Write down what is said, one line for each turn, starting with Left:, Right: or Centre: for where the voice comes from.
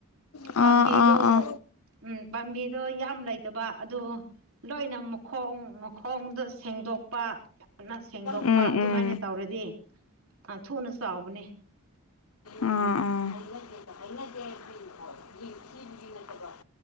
Left: ꯑꯥ
Right: ꯄꯥꯝꯕꯤꯗꯣ
Left: ꯑꯥ ꯑꯥ
Right: ꯎꯝ ꯄꯥꯝꯕꯤꯗꯣ ꯌꯥꯝ ꯂꯩꯇꯕ ꯑꯗꯣ ꯂꯣꯏꯅ ꯃꯈꯣꯡ ꯃꯈꯣꯡꯗꯣ ꯁꯦꯡꯗꯣꯛꯄ ꯐꯖꯅ ꯁꯦꯡꯗꯣꯛꯄ
Left: ꯎꯝ
Right: ꯑꯗꯨꯃꯥꯏꯅ
Left: ꯎꯝ
Right: ꯇꯧꯔꯗꯤ ꯑꯥ ꯊꯨꯅ ꯆꯥꯎꯕꯅꯦ
Left: ꯑꯥ ꯑꯥ <unintelligible>